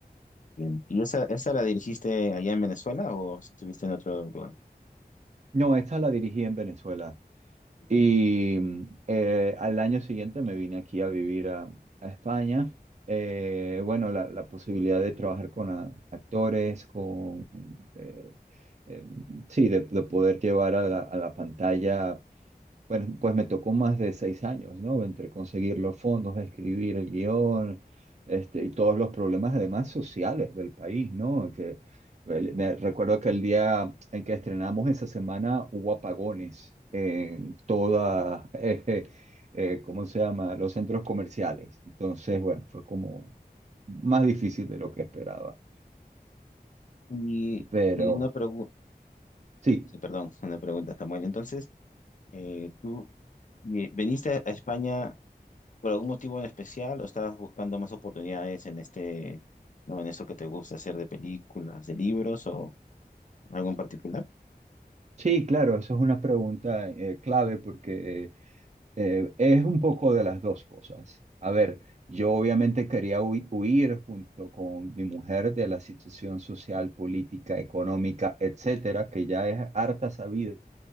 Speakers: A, on the left; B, on the right.
A: Bien. ¿Y esa, esa la dirigiste allá en Venezuela o estuviste en otro lugar?
B: No, esta la dirigí en Venezuela.
A: Ok.
B: Y eh, al año siguiente me vine aquí a vivir a, a España. Eh, bueno, la, la posibilidad de trabajar con a- actores, con... eh, eh, sí, de, de poder llevar a la, a la pantalla bueno, pues me tocó más de seis años, ¿no? Entre conseguir los fondos, escribir el guión, este, y todos los problemas, además, sociales del país, ¿no? Que, el- me recuerdo que el día en que estrenamos esa semana hubo apagones en toda, <laughs> eh, eh, ¿cómo se llama? Los centros comerciales. Entonces, bueno, fue como más difícil de lo que esperaba.
A: Y,
B: Pero
A: y una pregunta,
B: sí,
A: sí, perdón, una pregunta, Samuel. Entonces, eh, tú eh, veniste a España ¿Por algún motivo en especial o estabas buscando más oportunidades en este, no, en eso que te gusta hacer de películas, de libros o algo en particular?
B: sí, claro, eso es una pregunta, eh, clave porque... Eh, es un poco de las dos cosas. A ver, yo obviamente quería hui- huir junto con mi mujer de la situación social, política, económica, etcétera, que ya es harta sabida